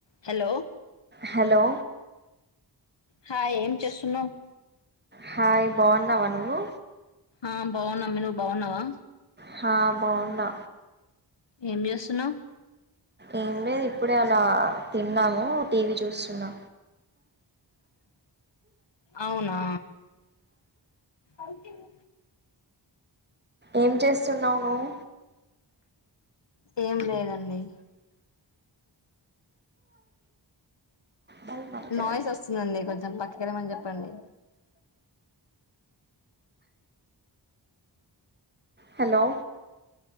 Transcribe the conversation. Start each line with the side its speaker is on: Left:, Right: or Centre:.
Left: Hello
Right: hello
Left: hi ఏం చేస్తున్నావ్
Right: hi బాగున్నావా నువ్వు
Left: ఆ బాగున్నామీ నువ్వు బాగున్నావా
Right: హా బావున్నా
Left: ఏం చేస్తున్నావు
Right: ఏం లేదు ఇప్పుడే అలా తిన్నాము టీవీ చూస్తున్నా
Left: అవునా అకే <unintelligible>
Right: ఏం చేస్తున్నావ్ నువ్వు
Left: ఏం లేదండి
Right: మళ్ళీ మళ్ళీ కాదు.
Left: నాయిస్ వస్తుందండి కొంచెం పక్కకెళ్ళమని చెప్పండి
Right: హలో